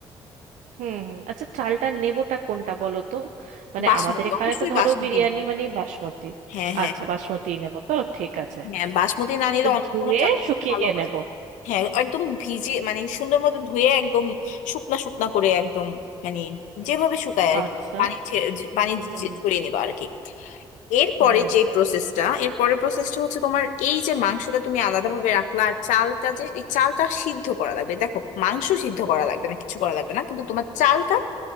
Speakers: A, on the right (about 65°); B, on the left (about 70°).
A: হুম হুম আচ্ছা চালটা নেবোটা কোনটা বলো তো মানে
B: বাসমতি
A: আমাদের এখানে
B: অবশ্যই
A: তো ধরো
B: বাসমতি
A: বিরিয়ানি
B: নিবা
A: মানে বাসমতি
B: হ্যাঁ হ্যাঁ
A: আচ্ছা বাসমতি নেব তো ঠিক আছে
B: হ্যাঁ বাসমতি না নিলে
A: তো
B: অন্য
A: ধুয়ে
B: কোনো চাল
A: শুকিয়ে
B: ভালো না
A: নেব
B: হ্যাঁ একদম ভিজে মানে সুন্দর মতো ধুয়ে একদম শুকনা শুকনা করে একদম মানে যেভাবে শুকায় আর
A: আচ্ছা
B: কি পানি ছে- যে- পানি
A: হুম
B: যে-
A: হুম
B: ছড়িয়ে নিবা আর কি এরপরে
A: হুম
B: যে প্রসেসটা এরপরে প্রসেসটা হচ্ছে তোমার এই যে মাংসটা তুমি আলাদাভাবে রাখলা আর চালটা যে এই চালটা সিদ্ধ করা লাগবে দেখো মাংস সিদ্ধ করা লাগবে না কিছু করা লাগবে না কিন্তু তোমার চালটা